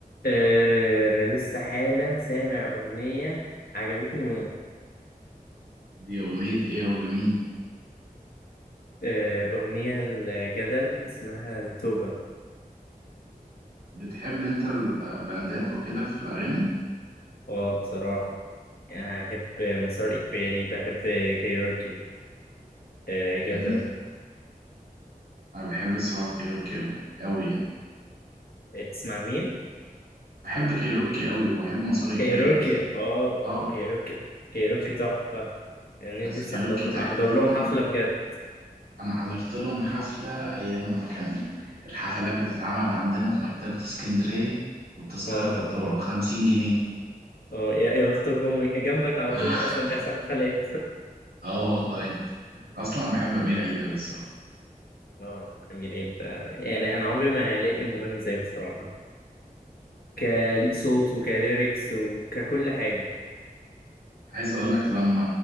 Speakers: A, on the left; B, on the right.
A: آه، أنا لسه حالا سامع أغنية عجبتني موت
B: دي أغنية إيه ولمين؟
A: آه، أغنية الجدل اسمها التوبة
B: بتحب أنت البندات وكده في الأغاني؟
A: اه بصراحة يعني بحب مسار إجباري بحب كايروكي آه، جدل
B: جميل أنا بحب الصراحة كايروكي أوي أوي يعني
A: تسمع مين؟
B: بحب كايروكي أوي وبحب مسار إجباري
A: كايروكي
B: بس
A: اه اه
B: آه
A: كايروكي كايروكي تحفة يعني
B: بس
A: نفسي
B: كايروكي
A: أحضر
B: تحديدا
A: أحضر لهم حفلة بجد
B: أنا حضرت لهم حفلة أيام ما كان الحفلات بتتعمل عندنا في مكتبة اسكندرية والتذكرة
A: اه
B: كانت بتبقى
A: اه
B: بخمسين جنيه
A: اه يا يا بختكم جنبك على
B: <laughs>
A: طول أصلا بيحصل حفلات
B: آه والله أصلا بحب أمير عيد أوي الصراحة
A: <laughs> اه أمير عيد آه، يعني أنا عمري ما هلاقي مغني زيه بصراحة كصوت وكليركس وككل حاجة
B: عايز اقول لك لما